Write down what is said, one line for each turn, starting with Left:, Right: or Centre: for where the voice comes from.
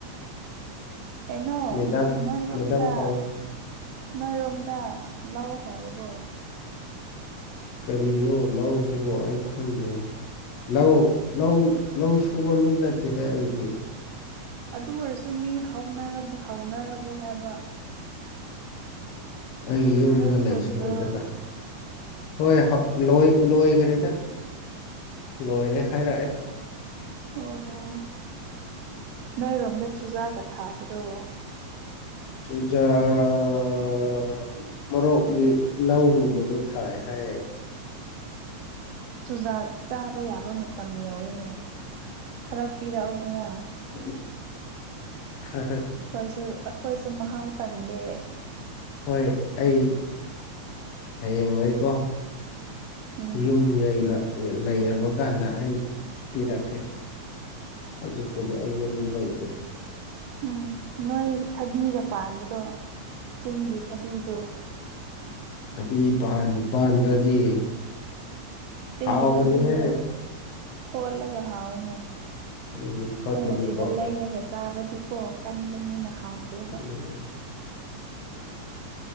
Right: ꯀꯩꯅ‌ꯣ
Left: ꯃꯦꯗꯥꯝ
Right: ꯅꯣꯏ ꯔꯣꯝꯗꯥ
Left: ꯃꯦꯗꯥꯝ ꯀꯧ
Right: ꯅꯣꯏꯔꯣꯝꯗ ꯂꯧ ꯍꯧꯔꯕꯣ
Left: ꯀꯔꯤꯅꯣ ꯂꯧꯁꯤꯕꯣ ꯑꯩ ꯈꯪꯗꯦ ꯂꯧ ꯂꯧ ꯂꯧ ꯁꯨꯕꯥ ꯃꯤ ꯅꯠꯇꯦꯍꯦ ꯑꯩꯗꯤ
Right: ꯑꯗꯨ ꯑꯣꯏꯔꯁꯨ ꯃꯤ ꯍꯧꯅꯔꯕ‌ꯣ ꯍꯧꯅꯔꯕꯣ ꯍꯥꯏꯕ
Left: ꯑꯩ ꯌꯨꯝꯗ
Right: ꯅꯣꯏ ꯈꯨꯟꯗꯣ
Left: ꯂꯩꯁꯨ ꯂꯩꯇꯅ ꯍꯣꯏ ꯂꯣꯏ ꯂ‌ꯣꯏꯒ꯭ꯔꯦꯗ ꯂꯣꯏꯔꯦ ꯍꯥꯏꯔꯛꯑꯦ
Right: ꯑꯣ ꯅꯣꯏꯔꯣꯝꯗ ꯆꯨꯖꯥꯛꯒ ꯊꯥꯗ꯭ꯔꯣ
Left: ꯆꯨꯖꯥꯛ ꯃꯣꯔꯣꯛꯒꯤ ꯂꯧꯒꯨꯝꯕꯗ ꯊꯥꯏ ꯍꯥꯏ
Right: ꯆꯨꯖꯥꯛ ꯆꯥꯕ ꯌꯥꯕ ꯃꯇꯝ ꯌꯧꯔ‌ꯦꯅꯦ ꯈꯔ ꯄꯤꯔꯛꯎꯗꯅꯥ
Left: <unintelligible>
Right: ꯑꯩꯈꯣꯏꯁꯨ ꯑꯩꯈꯣꯏꯁꯨ ꯃꯍꯥꯎ ꯇꯪꯒꯦ
Left: ꯍꯣꯏ ꯑꯩ ꯍꯌꯦꯡ ꯋꯥꯏꯀꯣ
Right: ꯎꯝ
Left: ꯌꯨꯝ ꯂꯩꯔ ꯂꯩꯔꯕ ꯀꯥꯟꯗ ꯑꯩ ꯄꯤꯔꯛꯀꯦ ꯍꯧꯖꯤꯛꯄꯨꯗꯤ ꯑꯩ ꯌꯨꯝꯗ ꯂꯩꯇꯦ
Right: ꯎꯝ ꯅꯣꯏ ꯊꯕꯤꯒ ꯄꯥꯟꯗ꯭ꯔꯣ ꯆꯤꯡꯒꯤ ꯊꯕꯤꯗꯣ
Left: ꯊꯕꯤ ꯄꯥꯟ ꯄꯥꯟꯗ꯭ꯔꯗꯤ
Right: ꯆꯤꯡꯒꯤ
Left: ꯍꯥꯎꯕꯅꯤꯍꯦ
Right: ꯊꯕꯤꯗꯣ ꯊꯣꯠꯂꯒ ꯍꯥꯎꯋꯦꯅꯦ
Left: ꯎꯝ ꯐꯠꯄꯅꯤꯀꯣ
Right: ꯈꯣꯏꯅ ꯁꯤꯗ ꯂꯩꯔꯒ ꯆꯥꯕꯗꯤꯀꯣ ꯀꯟꯕꯅꯤꯅ ꯍꯥꯎꯇꯦꯕ
Left: ꯎꯝ